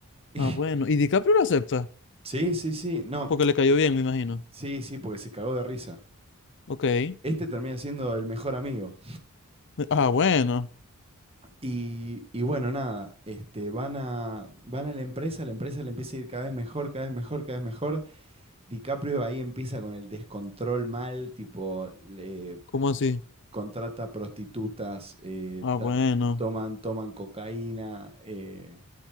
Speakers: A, on the right (about 25°); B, on the left (about 55°).
A: Y-
B: Ah,
A: <laughs>
B: bueno. ¿Y DiCaprio lo acepta?
A: Sí, sí, sí, no,
B: Porque le cayó bien, me imagino.
A: sí, sí, porque se cagó de risa.
B: Ok.
A: Este termina siendo el mejor amigo.
B: Ah, bueno.
A: Y, y bueno, nada, este, van a, van a la empresa, la empresa le empieza a ir cada vez mejor, cada vez mejor, cada vez mejor. DiCaprio ahí empieza con el descontrol mal, tipo, le-
B: ¿Cómo así?
A: co- contrata prostitutas, eh,
B: Ah,
A: ta-
B: bueno.
A: toman, toman cocaína, eh,